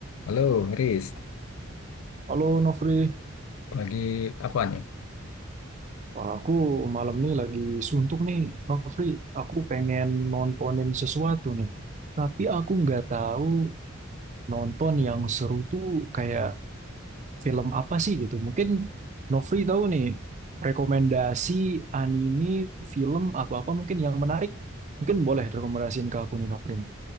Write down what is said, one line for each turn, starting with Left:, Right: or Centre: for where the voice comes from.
Left: Halo, Riz.
Right: Halo Nofri,
Left: Lagi apa nih?
Right: Wah, aku malam nih lagi suntuk nih Nofri, aku pengen nontonin sesuatu nih. Tapi aku nggak tahu nonton yang seru tuh kayak film apa sih gitu. Mungkin Nofri tahu nih rekomendasi anime, film atau apa mungkin yang menarik. Mungkin boleh rekomendasiin ke aku nih Nofri.